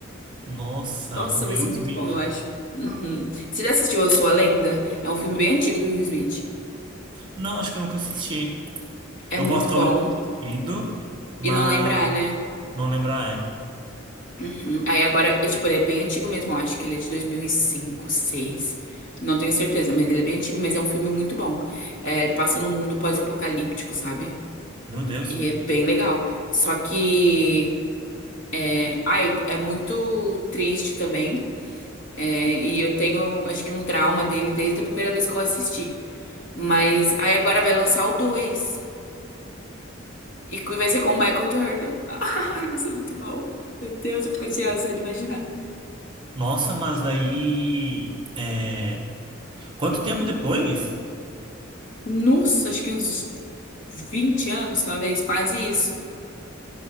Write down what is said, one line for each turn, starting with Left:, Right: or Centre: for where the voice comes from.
Right: Nossa,
Left: Nossa,
Right: com
Left: vai
Right: Will
Left: ser muito
Right: Smith.
Left: bom, eu acho. Uhum. Você já assistiu Eu Sou a Lenda? É um filme bem antigo do Will Smith.
Right: Não, acho que eu nunca assisti.
Left: É
Right: Eu
Left: muito
Right: posso talvez
Left: bom
Right: ter assistido, mas
Left: e não lembrar, né?
Right: não lembrar, é.
Left: Uhum. Aí agora, é, tipo, ele é bem antigo mesmo. eu Acho que ele é de 2005, seis. Não tenho certeza, mas ele é bem antigo. Mas é um filme muito bom. É, passa num mundo pós-apocalíptico, sabe?
Right: Meu Deus.
Left: E é bem legal. Só que, é, ai, é muito triste também. É, e eu tenho, acho que um trauma dele desde a primeira vez que eu assisti. Mas aí agora vai lançar o dois E que vai ser com o Michael Jordan. <laughs> Ai, vai ser muito bom. Meu Deus, eu fico ansiosa só de imaginar.
Right: Nossa, mas daí. É... Quanto tempo depois?
Left: Nossa, acho que uns 20 anos, talvez, quase isso.